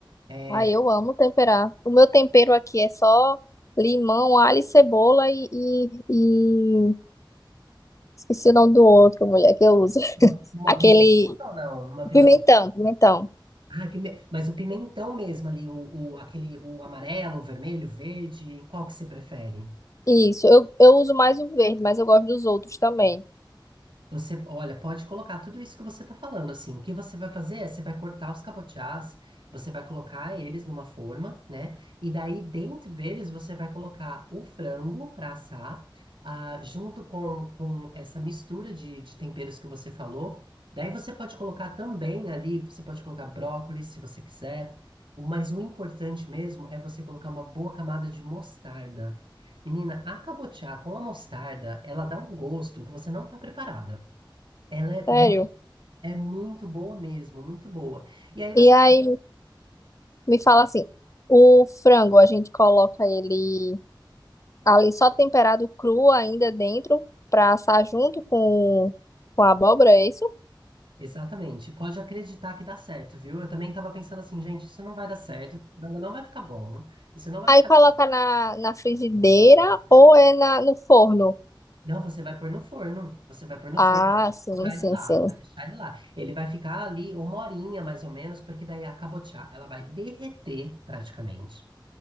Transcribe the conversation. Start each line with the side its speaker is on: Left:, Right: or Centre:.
Right: É,
Left: Aí eu amo temperar. O meu tempero aqui é só limão, alho e cebola e, e, e... esqueci o nome do outro, mulher, que eu uso. <laughs>
Right: uma, uma
Left: Aquele
Right: pimentão, não, uma pimentão.
Left: pimentão, pimentão.
Right: Ah, pime- mas o pimentão mesmo ali, o, o- aquele, o amarelo, o vermelho, o verde, qual que você prefere?
Left: Isso, eu, eu uso mais o verde, mas eu gosto dos outros também.
Right: Você, olha, pode colocar tudo isso que você está falando, assim. O que você vai fazer é, você vai cortar os cabotiás, você vai colocar eles numa forma, né? E daí, dentro deles, você vai colocar o frango para assar, ah, junto com, com essa mistura de, de temperos que você falou. Daí, você pode colocar também ali, você pode colocar brócolis, se você quiser. O- Mas o importante mesmo é você colocar uma boa camada de mostarda. Menina, a cabotiá com a mostarda, ela dá um gosto que você não está preparada. Ela é,
Left: Sério.
Right: mu- é muito boa mesmo, muito boa. E aí você
Left: E aí
Right: faz.
Left: me fala assim, o frango a gente coloca ele ali só temperado cru ainda dentro para assar junto com, com a abóbora, é isso?
Right: Exatamente, pode acreditar que dá certo, viu? Eu também tava pensando assim, gente, isso não vai dar certo, esse frango não vai ficar bom, isso não vai
Left: Aí
Right: ficar.
Left: coloca na, na frigideira ou é na, no forno?
Right: Não, você vai pôr no forno, você vai pôr no
Left: Ah,
Right: forno,
Left: sim,
Right: vai
Left: sim,
Right: deixar ele lá,
Left: sim.
Right: vai deixar ele lá. Ele vai ficar ali uma horinha mais ou menos, porque daí é a cabotiá, ela vai derreter praticamente.